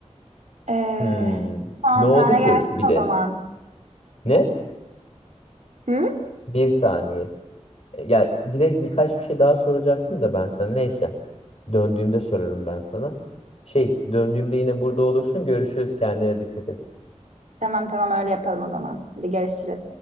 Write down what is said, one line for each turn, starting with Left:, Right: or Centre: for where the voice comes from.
Right: Ee,
Left: Hmm.
Right: son
Left: Ne oldu
Right: tane
Left: ki
Right: gelsin
Left: bir de?
Right: o zaman.
Left: Ne?
Right: Hı?
Left: Bir saniye. Ya bir de birkaç bir şey daha soracaktım da ben sana. Neyse. Döndüğümde sorarım ben sana. Şey, döndüğümde yine burada olursun. Görüşürüz. Kendine dikkat et.
Right: Tamam tamam öyle yapalım o zaman. Hadi görüşürüz.